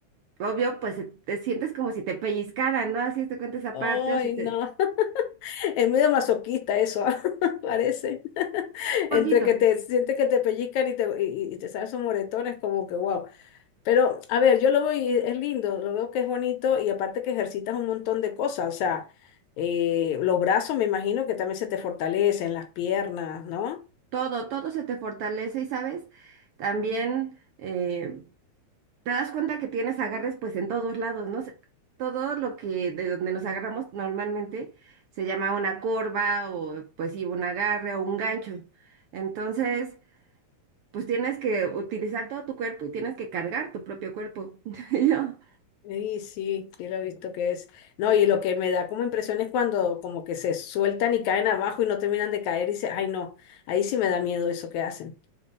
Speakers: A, on the right (about 70°); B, on the left (about 80°).
A: Obvio, pues te sientes como si te pellizcaran, ¿no? Así te cuenta esa
B: Ay,
A: parte o se te...
B: no, <laughs> es medio masoquista eso, ah, <laughs> Parece. <laughs>
A: Poquito,
B: Entre que te sientes que te pellizcan y te, y, y te salen esos moretones, como que wow. Pero, a ver, yo lo voy, es lindo, lo veo que es bonito y aparte que ejercitas un montón de cosas, o sea, eh, los brazos me imagino que también se te fortalecen, las piernas, ¿no?
A: todo, todo se te fortalece y, ¿sabes? También eh, te das cuenta que tienes agarres pues en todos lados, ¿no? Se- Todo lo que de donde nos agarramos normalmente se llama una corva o pues sí, un agarre o un gancho. Entonces, pues tienes que utilizar todo tu cuerpo y tienes que cargar tu propio cuerpo. <laughs> Y Yo,
B: Sí, sí, sí lo he visto que es. No, y lo que me da como impresión es cuando como que se sueltan y caen abajo y no terminan de caer y dice, ay no, ahí sí me da miedo eso que hacen.